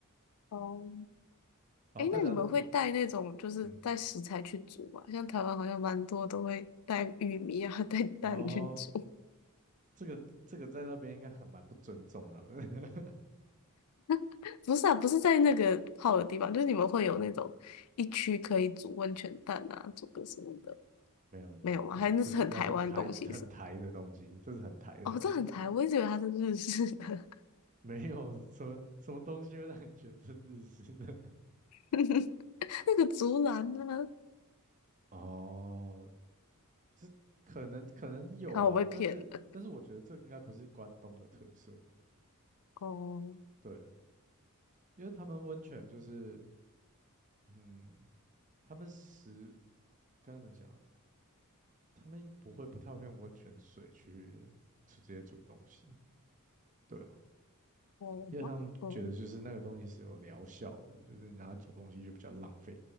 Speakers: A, on the left; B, on the right.
A: 哦，
B: 然后大家都，
A: 诶，那你们会带那种就是带食材去煮吗？
B: 嗯，
A: 像台湾好像蛮多都会带玉米啊，<laughs> 带蛋去煮。
B: 哦，这个这个在那边应该很蛮不尊重他们的
A: <laughs> 不是啊，不是在那个泡的地方，就是你们会有那种一区可以煮温泉蛋啊，煮个什么的，
B: <laughs> 没有没有，
A: 没有吗？
B: 这这是那不台很台的东西，
A: 还是那是很台湾的东西是？
B: 这是很台的东西，
A: 哦，这很台，我一直以为它是日式的，
B: 没有什么什么东西会让你觉得这是日式的，
A: <laughs> 那个竹篮呢、啊？
B: <laughs> 哦，这可能可能有啦，
A: 看我被骗了。
B: 但是但是我觉得这应该不是关东的特色，
A: 哦，
B: 对。因为他们温泉就是，嗯，他们食该怎么讲？他们不会不太会用温泉水去直接煮东西，对啊，
A: 哦，
B: 因为他们觉得就是那个东西是有疗效的，
A: 好，哦，
B: 就是你拿来煮东西就比较浪费，